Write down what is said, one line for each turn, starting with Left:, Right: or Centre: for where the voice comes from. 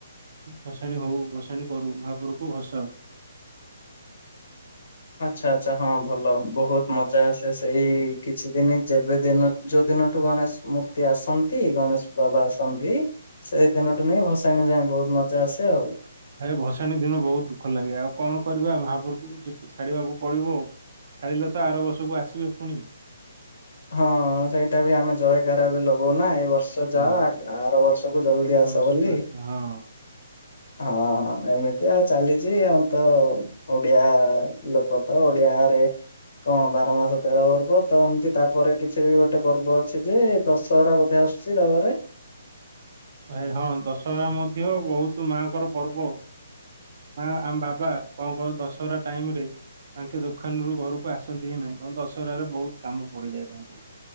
Right: ଭସାଣି ହଉ ଭସାଣି କରୁ ମହାପୁରୁକୁ ଭସାଉ।
Left: ଆଛା ଆଚ୍ଛା ହଁ ଭଲ ବହୁତ ମଜା ଆସେ ସେଇ କିଛି ଦିନ ଯେବେ ଦିନ ଯୋଉ ଦିନଠୁ ଗଣେଶ ମୂର୍ତ୍ତି ଆସନ୍ତି ଗଣେଶ ବାବା ଆସନ୍ତି ସେଇ ଦିନ ଟୁ ନି ଭସାଣି ଯାଏ ବହୁତ ମଜା ଆସେ ଆଉ।
Right: ଭାଇ ଭସାଣି ଦିନ ବୋହୁତ ଦୁଃଖ ଲାଗେ ଆଉ କଣ କରିବା ମହାପ୍ରଭୁ ଯିବୁ ଛାଡିବାକୁ ପଡିବ ଆଉ। ଛାଡ଼ିଲେ ତ ଆର ବର୍ଷକୁ ଆସିବେ ପୁଣି ‌।
Left: ହଁ ସେଇଟା ବି ଆମେ ଜୟଗାରା ବି ଲଗଉନା ଏଇ ବର୍ଷ ଯାଅ
Right: ହଁ
Left: ଆ ଆର ବର୍ଷକୁୁ ଜଲଦି
Right: ଆର
Left: ଆସ
Right: ବର୍ଷକୁ
Left: ବୋଲି।
Right: ହଁ
Left: ହଁ ହଁ ଏମିତି ଆଉ ଚାଲିଛି ଆ ତ ଓଡିଆ ଲୋକ ତ ଓଡିଆରେ କଣ ବାର ମାସ ତେର ପର୍ବ ତ ଏମିତି ତା ପରେ କିଛି ବି ଗୋଟେ ପର୍ବ ଅଛି ଯେ ଦଶହରା ବଧେ ଆସୁଛି ତା ପରେ?
Right: ଭାଇ ହଁ ଦଶହରା ମଧ୍ୟ ବୋହୁତ ମାଆଙ୍କର ପର୍ବ। ମା ଆମ ବାବା କଣ କଣ ଦଶହରା ଟାଇମ ରେ ତାଙ୍କେ ଦୋକାନରୁୁ ଘରକୁ ଆସନ୍ତି ହିଁ ନାହିଁ କାରଣ ଦଶହରା ରେ ବୋହୁତ କାମ ପଡିଯାଏ ତାଙ୍କୁ।